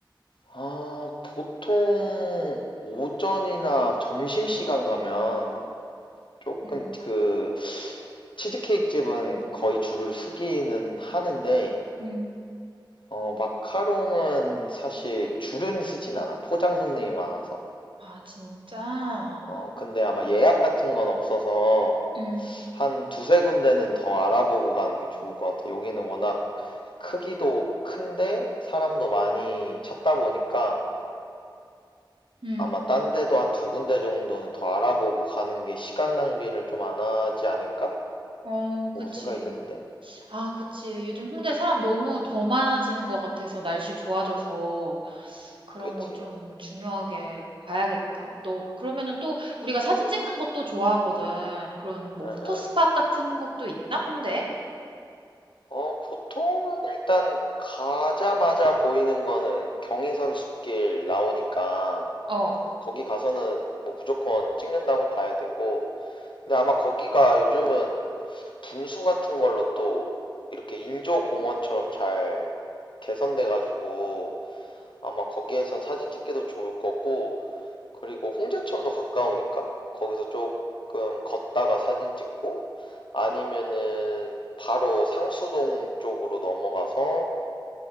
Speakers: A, on the left (about 75°); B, on the right (about 85°).
A: 아, 보통 오전이나 점심시간 가면 조금
B: 응,
A: 그 치즈케이크 집은 거의 줄을 서기는 하는데
B: 응.
A: 어, 마카롱은 사실 줄은 서진 않아. 포장 손님이 많아서.
B: 아, 진짜?
A: 어, 근데 아마 예약 같은 건 없어서
B: 응,
A: 한 두세 군데는 더 알아보고 가는 게 좋을 것 같아요. 여기는 워낙 크기도 큰데 사람도 많이 찾다 보니까
B: 응.
A: 아마 딴 데도 한 두 군데 정도는 더 알아보고 가는 게 시간 낭비를 좀 안 하지 않을까라고
B: 어, 그치.
A: 생각이 드는데.
B: 아, 그치. 요즘 홍대 사람 너무 더 많아지는 것 같아서 날씨 좋아져서 그런
A: 그치?
B: 거 좀 중요하게 봐야겠다. 너 그러면은 또 우리가 사진 찍는 것도 좋아하거든. 그런 뭐
A: 응,
B: 포토스팟
A: 응.
B: 같은 것도 있나? 홍대에?
A: 어, 보통은 일단 가자마자 보이는 거는 경인선 숲길 나오니까
B: 어.
A: 거기 가서는 뭐 무조건 찍는다고 봐야 되고 근데 아마 거기가 요즘은 분수 같은 걸로 또 이렇게 인조 공원처럼 잘 개선돼 가지고 아마 거기에선 사진 찍기도 좋을 거고 그리고 홍제천도 가까우니까 거기서 조금 걷다가 사진 찍고 아니면은 바로 상수동 쪽으로 넘어가서